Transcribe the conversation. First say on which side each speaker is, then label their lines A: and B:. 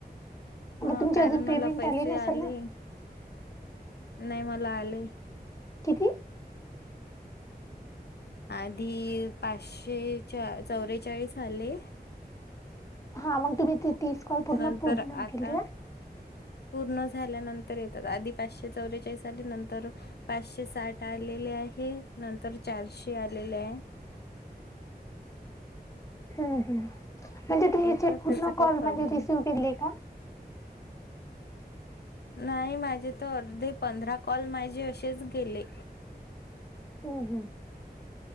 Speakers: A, on the left (about 75°); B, on the left (about 20°).
A: हा
B: मग तुमची
A: कारण
B: अजून
A: मला
B: पेमेंट
A: पैसे
B: आली नसेल
A: आले
B: ना
A: नाय मला आले.
B: किती
A: आदी पाचशे चौ चौरे चाळीस आले.
B: हा मंग तुम्ही ते तीस कॉल पूर्ण
A: नंतर
B: पूर्ण
A: आता
B: केलीया?
A: पूर्ण झाल्यानंतर येतात आदीपाचशे चौवेचाळीस आले नंतर पाचशे साठ आलेले आहे नंतर चारशे आलेले आहे.
B: हम्म हम्म म्हणजे तुमचे
A: येतात
B: पूर्ण
A: त्याचा काही
B: कॉल
A: प्रॉब्लेम
B: म्हणजे रिसीव्ह केलेय का?
A: नाही माझे तर अर्धे पंधरा कॉल माझे अशेच गेले.
B: हम्म हम्म.